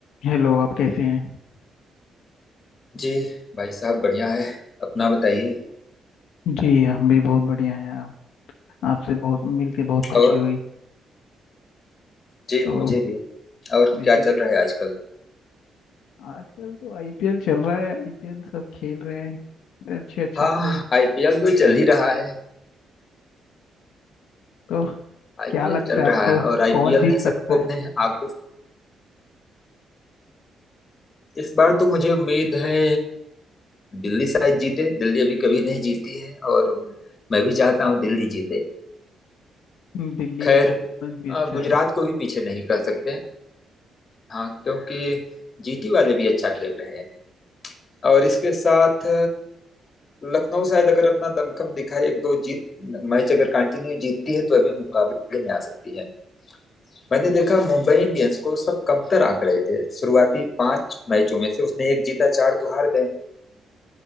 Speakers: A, on the left; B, on the left.
A: Hello आप कैसे हैं
B: जी भाई साहब बढ़िया है अपना बताइए
A: जी हम भी बहुत बढ़िया हैं आप आपसे बहुत मिलके बहुत खुशी
B: और
A: हुई
B: जी
A: तो
B: मुझे भी और
A: जैसे
B: क्या चल रहा है आजकल
A: आजकल तो आईपीएल चल रहा है आईपीएल सब खेल रहे हैं अच्छे अच्छे
B: हाँ
A: प्लेयर
B: आईपीएल तो चल ही रहा है
A: तो
B: आईपीएल
A: क्या लगता
B: चल
A: है आपको
B: रहा है और आईपीएल
A: कौन जीत
B: ने सबको
A: सकता
B: अपने
A: है
B: आगो इस बार तो मुझे उम्मीद है दिल्ली शायद जीते दिल्ली अभी कभी नहीं जीती है और मैं भी चाहता हूँ दिल्ली जीते
A: हम्म, दिल्ली
B: खैर
A: का परफॉर्मेंस भी अच्छा
B: अ, गुजरात
A: है
B: को भी पीछे नहीं कर सकते हाँ क्योंकि जीटी वाले भी अच्छा खेल रहे हैं और इसके साथ लखनऊ शायद अगर अपना दमखम दिखाए एक दो जीत मैच अगर कंटिन्यू जीतती है तो अभी मुकाबले में आ सकती है मैंने देखा मुंबई इंडियंस को सब कमतर आंक रहे थे शुरुआती पांच मैचों में से उसने एक जीता चार तो हार गए